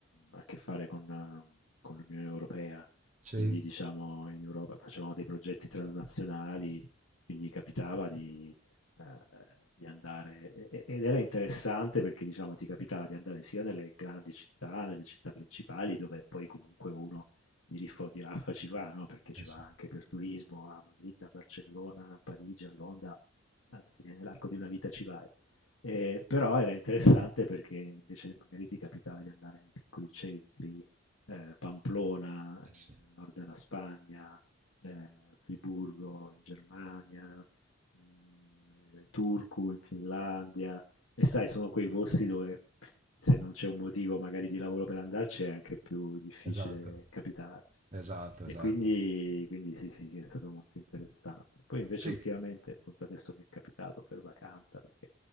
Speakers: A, on the left (about 80°); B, on the right (about 35°).
A: a che fare con, eh, con l'Unione Europea,
B: Sì.
A: quindi diciamo in Europa facevamo dei progetti transnazionali, quindi capitava di, eh, di andare, e- e- ed era interessante perché diciamo ti capitava di andare sia nelle grandi città, nelle città principali, dove poi comunque uno di lì fu di là ci va, no, perché ci
B: Eh
A: va
B: sì,
A: anche per turismo a Madrid, a Barcellona, a Parigi, a Londra, alla fine nell'arco di una vita ci vai. Ehm, però era interessante perché invece magari ti capitava di andare nei piccoli centri, ehm, Pamplona,
B: eh
A: ehm,
B: sì.
A: nel nord della Spagna, ehm, Friburgo in Germania, mhmm, ehm, Turku in Finlandia, e sai, sono quei posti dove se non c'è un motivo magari di lavoro per andarci è anche più difficile
B: Esatto,
A: capitarci.
B: esatto,
A: E
B: esatto.
A: quindi, quindi sì, sì, sì, è stato molto interessante. Poi invece
B: Sì.
A: ultimamente, appunto adesso mi è capitato per vacanza, perché